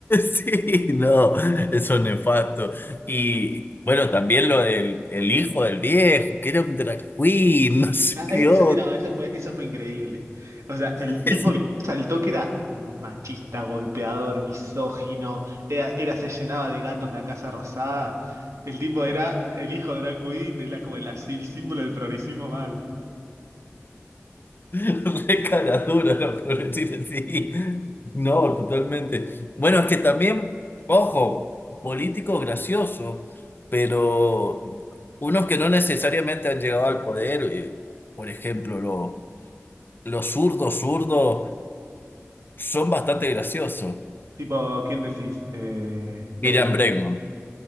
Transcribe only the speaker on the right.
Ah,
e-
eso- eh, no, eso fue, eso fue increíble. O sea,
el tipo que saltó que era machista, golpeador, misógino, era, era- se llenaba de gatos la Casa Rosada. El tipo era el hijo de la Queen, era como el, así, el símbolo del progresismo mal.
Tipo, ¿quién decís? Eh, del,